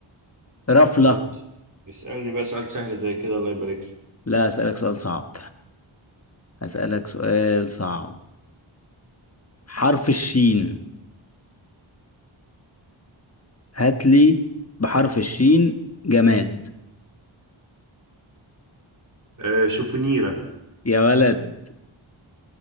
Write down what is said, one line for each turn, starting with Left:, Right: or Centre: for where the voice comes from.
Left: رفلة
Right: ماشي اسألني بقى سؤال سهل زي كده الله يبارك لك
Left: لا اسألك سؤال صعب اسألك سؤال صعب حرف الشين هات لي بحرف الشين جماد
Right: آه شوفونيرة
Left: يا ولد